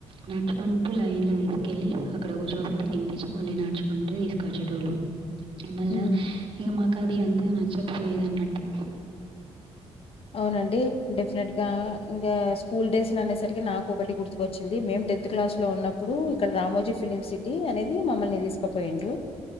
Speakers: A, on the right; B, on the left.
A: నడుచుకుంట్ ఇంపు లైన్ లో తీసుకెళ్లి అక్కడ కూర్చోబట్టి తినిపించి మళ్ళీ నడుచుకుంటూ తీసుకవచ్చే ఏటోళ్ళు మళ్ళా
B: హ్మ్.
A: ఇక మాకు అది అంతగ నచ్చకపోయేది అన్నట్టు
B: అవున అండి డెఫినెట్ గా ఇంకా స్కూల్ డేస్ అనేసరికి నాకు ఒకటి గుర్తుకొచ్చింది మేంమ్ టెత్ క్లాస్ లో ఉన్న అప్పుడు ఇక్కడ రాము జి ఫిలిం సిటీ అనేది మమ్మల్ని తీసుకుపోయిండ్రు